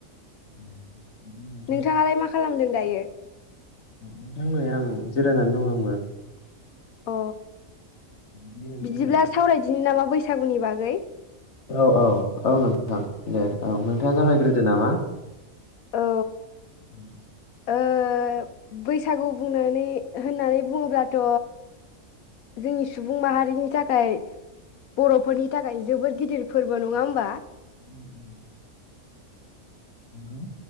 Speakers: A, on the left; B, on the left.
A: <inaudible>
B: नोंथांङालाय मा खालामदों दायो?
A: नोंथां नै आं जिरायनानै दं आंबो
B: अ
A: बिदि नोंथाङा
B: बिदिब्ला सावरायदिनो नामा बैसागुनि बागै।
A: औ औ औ नोंथां दे औ नोंथाङा जागायग्रोदो नामा? <inaudible>
B: औ ओ ओ बैसागु बुंनानै होननानै बुङोब्लाथ' जोंनि सुबुं माहारिनि थाखाय बर'फोरनि थाखाय जोबोद गिदिर। फोरबो नंङा होनबा नों
A: उम उम। नंगौ